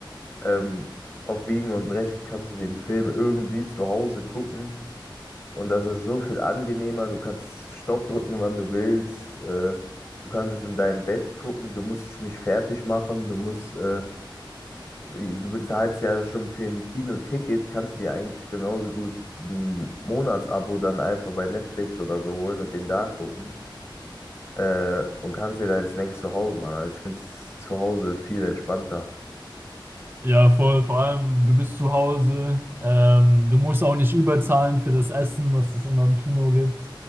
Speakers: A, on the left; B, on the right.
A: Ähm, auf Biegen und Brechen kannst du den Film irgendwie zu Hause gucken und das ist so viel angenehmer. Du kannst Stopp drücken, wann du willst. Äh, du kannst es in deinem Bett gucken. Du musst dich nicht fertig machen. Du musst, äh, du bezahlst ja schon für ein Kinoticket. Kannst du dir eigentlich genauso gut ein Monatsabo dann einfach bei Netflix oder so holen und den da gucken. Äh, und kannst dir deine Snacks zu Hause machen. Also ich finde es zu Hause viel entspannter.
B: Ja, voll. Vor allem, du bist zu Hause. Ähm, du musst auch nicht überzahlen für das Essen, was es immer im Kino gibt.